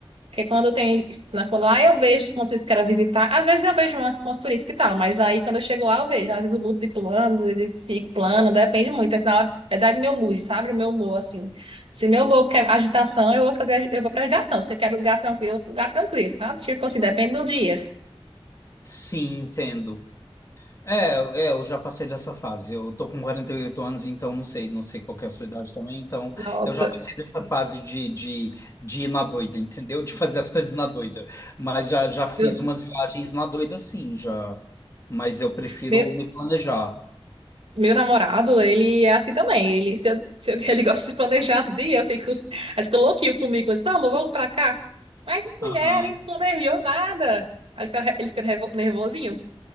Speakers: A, on the right; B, on the left.
A: Porque quando tem, na- quando lá eu vejo os pontos turísticos que eu quero visitar, às vezes eu vejo umas, umas turísticas e tal, mas aí quando eu chego lá eu vejo, às vezes eu mudo de planos, às vezes sigo plano, depende muito, é na hora, é da do meu mood, sabe? O meu humor, assim. Se meu humor quer agitação, eu vou fazer, agi- eu vou pra agitação. Se eu quero lugar tranquilo, eu vou pro lugar tranquilo, sabe? Tipo assim, depende do dia.
B: Sim, entendo. É, é, eu já passei dessa fase. Eu tô com 48 anos, então não sei, não sei qual que é a sua idade também. Então,
A: Nossa,
B: eu já passei dessa fase de, de, de ir na doida, entendeu? De fazer as coisas na doida. Mas já, já fiz
A: eu-
B: umas viagens na doida, sim, já. Mas eu prefiro
A: meu
B: me planejar.
A: Meu namorado, ele é assim também. Ele, se eu, se eu- <laughs> ele gosta de planejar os dias, eu fico, <laughs> ele fica louquinho comigo. Eu disse, não, amor, vamos pra cá. Mas mulher,
B: Aham.
A: nem se planejou nada. Aí Ele fica, ele fica nervo- nervosinho.